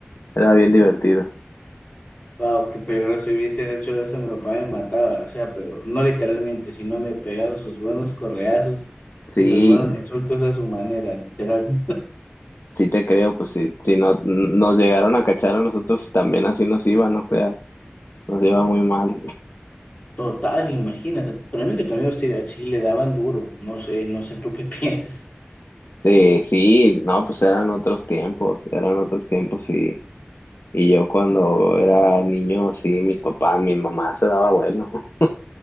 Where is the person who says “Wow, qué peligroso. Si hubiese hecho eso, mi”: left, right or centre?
Left